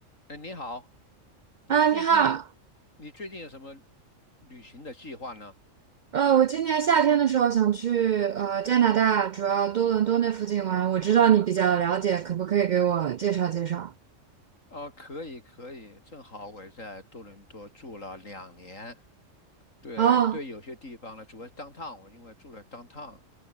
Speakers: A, on the left; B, on the right.
A: 哎，你好，你最近
B: 啊，你好，
A: 你最近有什么旅行的计划呢？
B: 呃，我今年夏天的时候想去呃加拿大，主要多伦多那附近玩。我知道你比较了解，可不可以给我介绍介绍？
A: 啊、可以可以，正好我也在多伦多住了两年，对对，
B: 哦，
A: 有些地方呢，主要是 downtown，我因为住了 downtown。